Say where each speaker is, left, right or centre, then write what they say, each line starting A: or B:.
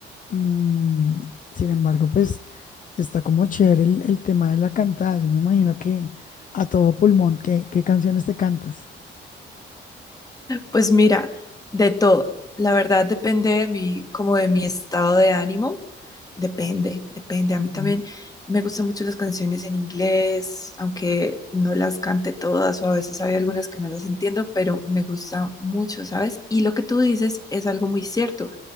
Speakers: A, on the left (about 40°); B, on the left (about 20°).
A: Mm, sin embargo, pues está como chévere el, el tema de la cantada. Yo me imagino que a todo pulmón, ¿qué, qué canciones te cantas?
B: Pues mira, de todo. La verdad depende de mi, como de mi estado de ánimo. Depende, depende. A mí también
A: Ujú.
B: me gustan mucho las canciones en inglés, aunque no las cante todas o a veces hay algunas que no las entiendo, pero me gusta mucho, ¿sabes? Y lo que tú dices es algo muy cierto.